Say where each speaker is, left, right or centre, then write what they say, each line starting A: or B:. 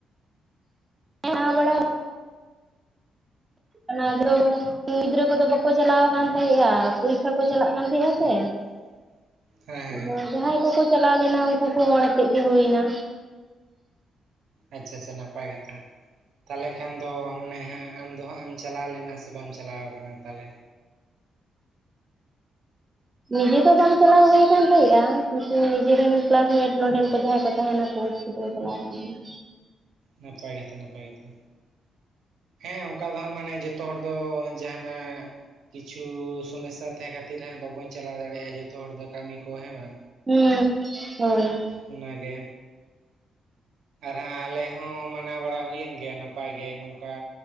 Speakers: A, on the right (about 15°); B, on the right (about 70°).
A: ᱱᱟᱵᱟᱲᱟ- ᱚᱱᱟ ᱟᱫᱚ᱾ ᱜᱤᱫᱽᱨᱟᱹ ᱠᱚᱫᱚ ᱵᱟᱠᱚ ᱪᱟᱞᱟᱣ ᱟᱠᱟᱱ ᱛᱟᱦᱮᱸᱫᱼᱟ ᱯᱚᱨᱤᱠᱷᱟ ᱠᱚ ᱪᱟᱞᱟᱜ ᱠᱟᱱ ᱛᱟᱦᱮᱸᱫᱼᱟ ᱥᱮ᱾
B: <inaudible> ᱦᱮᱸ
A: ᱟᱫᱚ ᱡᱟᱦᱟᱸᱭ ᱠᱚᱠᱚ ᱪᱟᱞᱟᱣ ᱞᱮᱱᱟ ᱩᱱᱠᱩ ᱠᱚ ᱦᱚᱲ ᱟᱛᱮᱜ ᱜᱮ ᱦᱩᱭᱱᱟ᱾
B: ᱟᱪᱪᱷᱟ ᱟᱪᱪᱷᱟ ᱱᱟᱯᱟᱭ ᱠᱟᱛᱷᱟ ᱛᱟᱦᱚᱞᱮ ᱠᱷᱟᱱ ᱫᱚ ᱱᱮ ᱦᱟᱜᱼᱼ ᱟᱢ ᱫᱚ ᱦᱟᱸᱜ ᱮᱢ ᱪᱟᱞᱟᱣ ᱞᱮᱱᱟ ᱥᱮ ᱵᱟᱢ ᱪᱟᱞᱟᱣ ᱟᱠᱟᱱᱟ ᱛᱟᱦᱚᱞᱮ?
A: ᱱᱤᱡᱮ ᱫᱚ ᱵᱟᱝ ᱪᱟᱞᱟᱣ ᱦᱩᱭ ᱟᱠᱟᱱ ᱛᱟᱦᱮᱸᱼᱟ ᱠᱤᱱᱛᱩ ᱱᱤᱡᱮᱨᱮᱱ ᱠᱮᱞᱟᱥᱢᱮᱴ ᱱᱚᱰᱮᱱ ᱠᱚ ᱡᱟᱦᱟᱸᱭ ᱠᱚ ᱛᱟᱦᱮᱱᱟ ᱠᱚ ᱩᱱᱠᱩ <unintelligible>
B: ᱱᱟᱯᱟᱭ ᱠᱟᱛᱷᱟ ᱱᱟᱯᱟᱭ ᱠᱟᱛᱷᱟ᱾ ᱦᱮᱸ ᱚᱱᱠᱟ ᱫᱚ ᱦᱟᱸᱜ ᱢᱟᱱᱮ ᱡᱚᱛᱚ ᱦᱚᱲ ᱫᱚ ᱡᱟᱦᱟᱱᱟᱜ᱾ ᱠᱤᱪᱷᱩ ᱥᱚᱢᱚᱥᱥᱟ ᱛᱟᱦᱮᱸ ᱠᱷᱟᱹᱛᱤᱨ ᱦᱟᱸᱜ ᱵᱟᱵᱚᱱ ᱪᱟᱞᱟᱣ ᱫᱟᱲᱮᱭᱟᱜᱼᱟ ᱡᱚᱛᱚ ᱦᱚᱲ ᱫᱚ ᱠᱟᱹᱢᱤ ᱠᱚ ᱦᱮᱸ ᱵᱟᱝ᱾
A: ᱦᱩᱸ ᱦᱳᱭ᱾
B: ᱚᱱᱟᱜᱮᱼᱼ ᱟᱨ ᱦᱟᱜ ᱟᱞᱮ ᱦᱚᱸ ᱢᱟᱱᱟᱣ ᱵᱟᱲᱟ ᱦᱩᱭᱮᱱ ᱜᱮᱭᱟ ᱱᱟᱯᱟᱭ ᱜᱮ ᱱᱚᱝᱼᱠᱟ